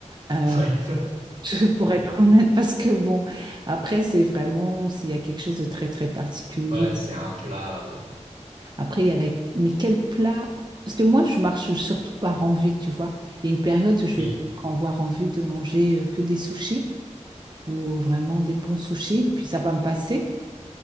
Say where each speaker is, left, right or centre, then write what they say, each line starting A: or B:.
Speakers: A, on the right; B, on the right.
A: Euh,
B: <laughs> Ouais,
A: <laughs> Je pourrais être honnête parce que bon, après, c'est vraiment s'il y a quelque chose de très très particulier.
B: ouais, c'est un plat. euh,
A: Après, il y a la... Mais quel plat? Parce que moi, je marche surtout par envie, tu vois. Il y a une période où je
B: Oui.
A: vais avoir envie de manger euh, que des sushis ou vraiment des bons sushis et puis ça va me passer.